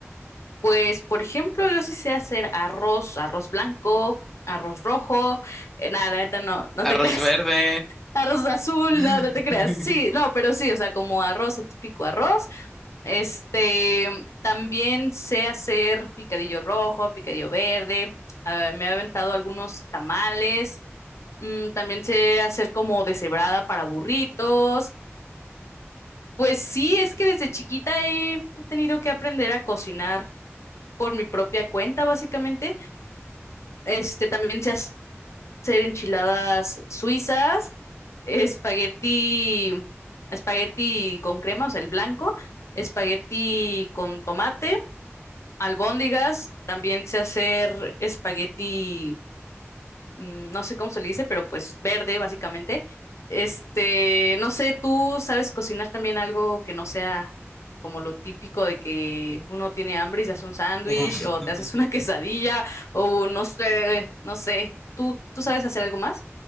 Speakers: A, on the left; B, in the centre.
A: Pues, por ejemplo, yo sí sé hacer arroz, arroz blanco, arroz rojo, eh, nada, la neta no, no
B: Arroz
A: te creas.
B: verde.
A: <laughs> Arroz azul,
B: <laughs>
A: no, no te creas. Sí, no, pero sí, o sea, como arroz, el típico arroz. Este, también sé hacer picadillo rojo, picadillo verde. ah, me he aventado algunos tamales. Mm, también sé hacer como deshebrada para burritos. Pues sí, es que desde chiquita he tenido que aprender a cocinar por mi propia cuenta, básicamente. Este, también sé hacer enchiladas suizas, espagueti, espagueti con crema, o sea, el blanco, espagueti con tomate, albóndigas, también sé hacer espagueti mm, no sé cómo se le dice, pero pues verde, básicamente. Este, no sé, ¿tú sabes cocinar también algo que no sea como lo típico de que uno tiene hambre y se hace un sándwich
B: <laughs>
A: o te haces una <laughs> quesadilla o no sé, no sé. ¿Tú, tú sabes hacer algo más?